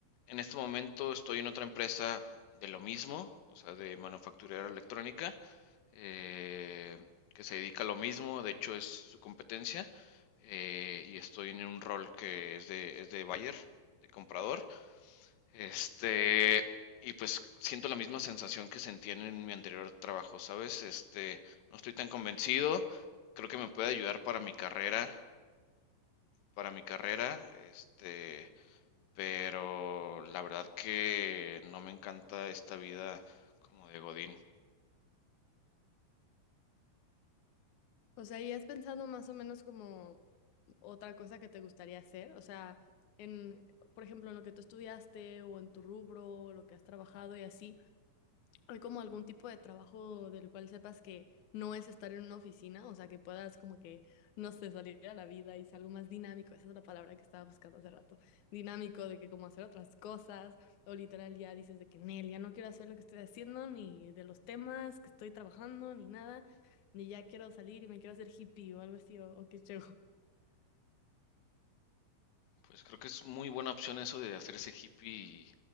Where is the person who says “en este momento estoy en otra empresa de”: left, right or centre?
Left